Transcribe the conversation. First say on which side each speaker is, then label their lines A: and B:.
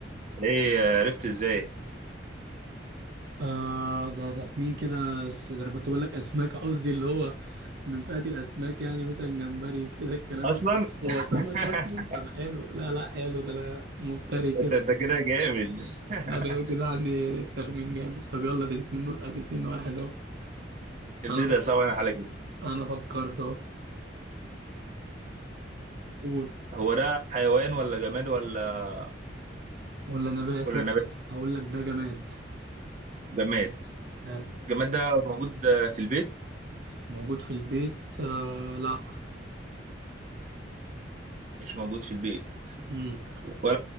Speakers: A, on the right; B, on the right.
A: ايه آه، عرفت ازاي
B: آه ده ده مين كده س- ده انا كنت بقول لك اسماك قصدي اللي هو من فئة الاسماك يعني مثلا جمبري كده الكلام
A: اصلا
B: ده هو
A: <laughs>
B: سمك اصلا طب حلو لا لا حلو ده انا مفتري كده
A: انت انت كده جامد <laughs>
B: لا ده أنا كده عندي التخمين جامد طب يلا ده اتنين ادي اتنين واحد اهو
A: ابتدي
B: انا فك...
A: صعب انا على كده
B: انا فكرت اهو قول
A: هو ده حيوان ولا جماد ولا
B: ولا نبات
A: ولا
B: لا
A: نبات
B: هقول لك ده جماد
A: جماد
B: حلو
A: الجماد ده موجود في البيت
B: موجود في البيت آه لا
A: مش موجود في البيت
B: مم.
A: ولا